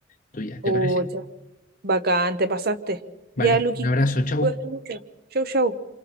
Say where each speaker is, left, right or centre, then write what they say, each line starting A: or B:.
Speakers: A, on the left; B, on the right.
A: tuya. ¿Te
B: Oh,
A: parece?
B: ya. Bacán, te pasaste.
A: Vale,
B: Ya, Luqui,
A: un abrazo, chau.
B: cuídate mucho. Chau, chau.